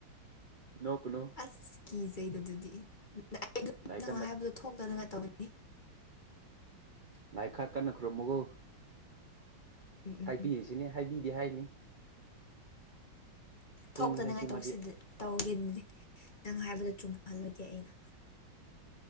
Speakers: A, on the right; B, on the left.
A: ꯅꯣꯛꯀꯅꯨ
B: ꯑꯁ ꯀꯤꯖꯩꯗꯨ ꯑꯗꯨꯗꯤ ꯑꯩ ꯑꯗꯨꯝ
A: ꯂꯥꯏꯔꯤꯛ
B: ꯅꯪꯅ ꯍꯥꯏꯕꯗꯣ ꯊꯣꯛꯇꯗꯉꯥꯏ ꯇꯧꯒꯅꯤ꯫
A: ꯉꯥꯏ ꯈꯔ ꯀꯟꯅ ꯈꯨꯔꯨꯝꯃꯣꯒꯣ
B: ꯎꯝ ꯎꯝ
A: ꯍꯥꯏꯕꯤ
B: ꯎꯝ
A: ꯁꯤꯅ ꯍꯥꯏꯕꯤꯗꯦ ꯍꯥꯏꯅꯤ ꯑꯁꯦꯡꯕꯅꯦ
B: ꯊꯣꯛꯇꯅꯉꯥꯏ
A: ꯁꯤꯃꯗꯤ
B: ꯇꯧꯕꯁꯤꯗ ꯇꯧꯒꯦꯅꯗꯤ ꯅꯪ ꯍꯥꯏꯕꯗꯣ ꯆꯨꯝꯍꯜꯂꯣꯏꯒꯦ ꯑꯩꯅ